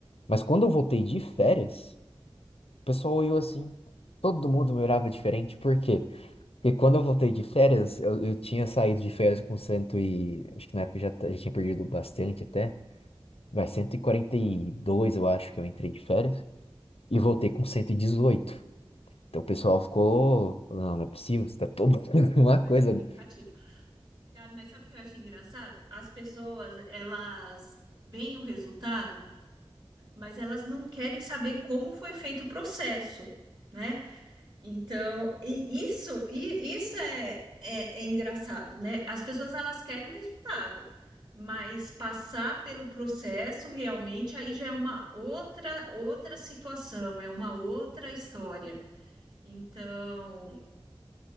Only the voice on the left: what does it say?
Mas quando eu voltei de férias.
O pessoal
olhou assim. Todo mundo me olhava diferente. Por quê? Porque quando eu voltei de férias, eu, eu tinha saído de férias com cento e... Acho que na época eu já, ta- já tinha perdido bastante até. Vai, cento e e quarenta e dois, eu acho que eu entrei de férias. E voltei com 118. Então o pessoal ficou... Não, não é possível. Você tá tomando <laughs> alguma
coisa.